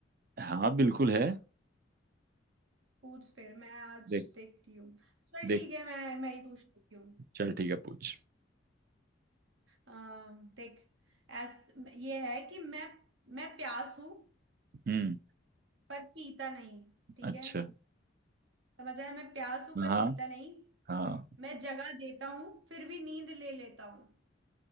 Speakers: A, on the right; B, on the right.
A: हाँ बिल्कुल है
B: पूछ फिर मैं आज
A: देख
B: देखती हूँ चल
A: देख
B: ठीक है मैं मैं ही पूछ लेती हूँ
A: चल ठीक है पूछ
B: अम, देख ऐस ये है कि मैं मैं प्यास हूं
A: हम्म
B: पर पीता नहीं ठीक
A: अच्छा
B: है समझ आया मैं प्यास हूं
A: हाँ
B: पर पीता नहीं
A: हाँ
B: मैं जगा देता हूँ फिर भी नींद ले लेता हूँ